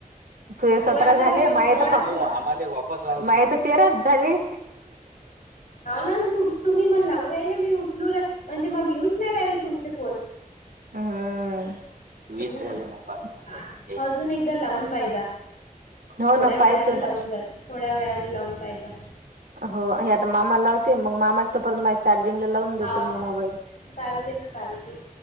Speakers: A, on the right (about 80°); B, on the left (about 65°).
A: तर
B: सोळाच
A: सतरा झाले
B: माय सोळा
A: माये तर फक्,
B: सोळा
A: आम्हाले माये तर तेराच झाले.
B: होउ ना तु-तुम्ही मले लावू राहिले, मी उचलू रा म्हणजे मले येऊच नाही राहिले तुमचे फोन.
A: हम्म.
B: हम्म
A: वीस झाले म पाचचं राहिले.
B: अजून एकदा लावून पाहिजा.
A: हो
B: थोड्या
A: ना
B: वेळाने
A: पाहतो
B: लावून
A: ना
B: जाईल, थोड्या वेळानें लावून पाहिजा.
A: हो, हे आता मामाला लावते, मग मामा तो परंत मा चार्जिंगला लावून देतो
B: हाव
A: मी
B: हा
A: मोबाईल.
B: चालते ना चालते